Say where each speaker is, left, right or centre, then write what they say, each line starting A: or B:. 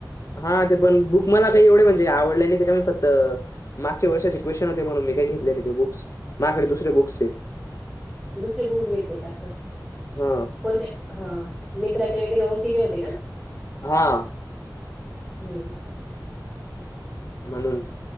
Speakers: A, on the left (about 45°); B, in the centre.
A: हा ते पण बुक मला काही एवढे म्हणजे आवडले नाही त्याच्यामुळे फक्त मागच्या वर्षाचे क्वेशन होते म्हणून मी काही घेतले नाही ते बुक्स मायाकडे दुसरे बुक्स आहेत.
B: दुसरे बुक्स घेते का अस.
A: हा.
B: कोणी? हा. मित्राचे वगैरे ओळखीचे होते का?
A: हा.
B: हम्म.
A: म्हणून